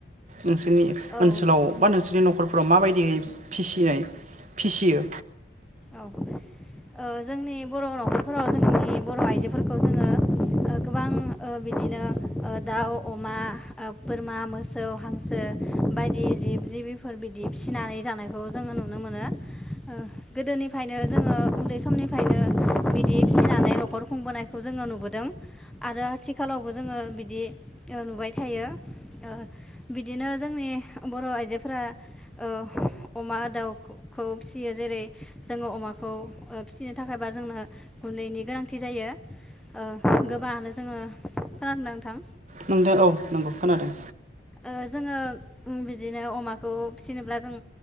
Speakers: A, on the right; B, in the centre.
A: नोंसोरनि
B: औ
A: ओनसोलाव बा नोंसोरनि न'खरफोराव माबायदियै फिसिनाय फिसियो
B: औ ओ जोंनि बर' न'खरफोराव जोंनि बर' आइजोफोरखौ जोङो ओ गोबां ओ बिदिनो ओ दाउ अमा ओ बोरमा मोसौ हांसो बायदि जिब जिबिफोर बिदि फिसिनानै जानायखौ जोङो नुनो मोनो ओ गोदोनिफायनो जोङो उन्दै समनिफायनो बिदि फिसिनानै न'खर खुंबोनायखौ जोङो नुबोदों आरो आथिखालावबो जोङो बिदि ओ नुबाय थायो ओ बिदिनो जों जोंनि बर' आइजोफोरा ओ अमा दाउखौ फिसियो जेरै जोङो अमाखौ ओ फिसिनो थाखायबा जोंनो गुन्दैनि गोनांथि जायो ओ गोबाङानो जोङो खोनादोंना नोंथां
A: नोंथा औ नोंगौ खोनादों
B: ओ जोङो उम बिदिनो अमाखौ फिसिनोब्ला जों